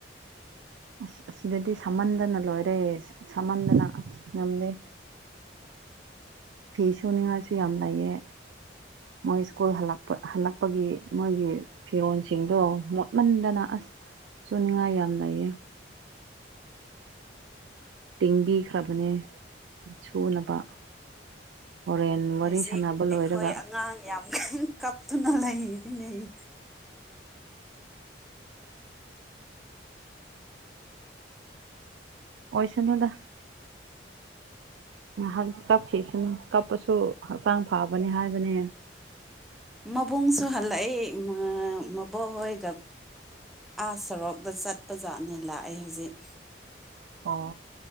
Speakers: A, on the right; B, in the centre.
A: ꯑꯁ ꯑꯁꯤꯗꯗꯤ ꯁꯝꯃꯟꯗꯅ ꯂꯣꯏꯔꯦ ꯁꯝꯃꯟꯗꯅ ꯑꯁ ꯉꯝꯗꯦ <unintelligible> ꯐꯤ ꯁꯨꯅꯤꯡꯉꯥꯁꯨ ꯌꯥꯝ ꯂꯩꯌꯦ ꯃꯣꯏ ꯁ꯭ꯀꯨꯜꯜꯄ ꯍꯜꯂꯛꯄꯒꯤ ꯃꯣꯏꯒꯤ ꯐꯤꯔꯣꯜꯁꯤꯡꯗꯣ ꯃꯣꯠꯃꯟꯗꯅ ꯑꯁ ꯁꯅꯌꯥ ꯌꯥꯝꯗꯏ ꯇꯦꯡꯕꯤꯈ꯭ꯔꯕꯅꯦ ꯁꯨꯅꯕ ꯍꯣꯔꯦꯟ ꯋꯥꯔꯤ
B: ꯍꯧꯖꯤꯛ
A: ꯁꯥꯟꯅꯕ ꯂꯣꯏꯔꯒ
B: ꯑꯩꯈꯣꯏ ꯑꯉꯥꯡ ꯌꯥꯝ ꯀ ꯀꯞꯇꯨꯅ ꯂꯩꯔꯤꯅꯤꯩ
A: ꯑꯣꯏꯣꯏꯁꯅꯗ ꯉꯥꯏꯍꯥꯛ ꯀꯞꯈꯤꯁꯤꯅ ꯀꯞꯄꯁꯨ ꯍꯛꯆꯥꯡ ꯐꯕꯅꯤ ꯍꯥꯏꯕꯅꯦ
B: ꯃꯕꯨꯡꯁꯨꯣ ꯍꯜꯂꯛ ꯃꯕꯣꯛ ꯍꯣꯏ ꯑꯥꯁ ꯁꯔꯣꯛꯇ ꯆꯠꯄ ꯖꯥꯠꯅꯦ ꯂꯥꯛꯑꯦ ꯍꯧꯖꯤꯛ
A: ꯑꯣ